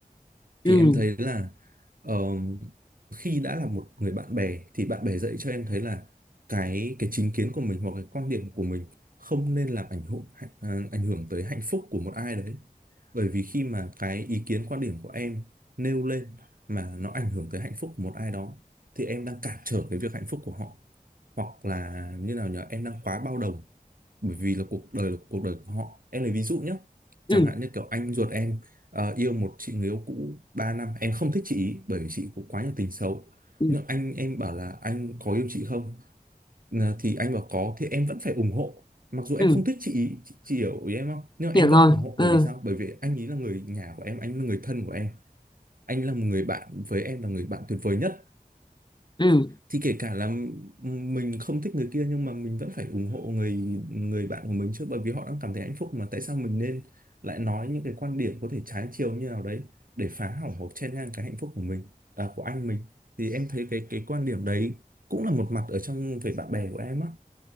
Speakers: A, on the right; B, on the left.
A: thì
B: ừ
A: em thấy là ờ, khi đã là một người bạn bè thì bạn bè dạy cho em thấy là cái cái chính kiến của mình hoặc cái quan điểm của mình không nên làm ảnh hưởng ảnh ảnh hưởng tới hạnh phúc của một ai đấy bởi vì khi mà cái ý kiến quan điểm của em nêu lên mà nó ảnh hưởng tới hạnh phúc của một ai đó thì em đang cản trở cái việc hạnh phúc của họ hoặc là như nào nhở em đang quá bao đồng bởi vì là cuộc đời là cuộc đời của họ em lấy ví dụ nhé chẳng
B: ừ
A: hạn như kiểu anh ruột em ờ, yêu một chị người yêu cũ 3 năm em không thích chị ý, bởi vì chị có quá nhiều tình xấu
B: ừ
A: nhưng anh em bảo là anh có yêu chị không Ờ, thì anh bảo có thì em vẫn phải ủng hộ mặc dù em
B: ừ
A: không thích chị ý chị, chị hiểu ý em không nhưng mà
B: hiểu
A: em
B: rồi
A: vẫn ủng hộ
B: ừ
A: bởi vì sao bởi vì anh ý là người nhà của em anh là người thân của em anh là một người bạn với em là người bạn tuyệt vời nhất
B: ừ
A: thì kể cả là ừ, mình không thích người kia nhưng mà mình vẫn phải ủng hộ người người bạn của mình chứ bởi vì họ đang cảm thấy hạnh phúc mà tại sao mình nên lại nói những cái quan điểm có thể trái chiều như nào đấy để phá hỏng hoặc chen ngang cái hạnh phúc của mình à, của anh mình thì em thấy cái cái quan điểm đấy cũng là một mặt ở trong về bạn bè của em á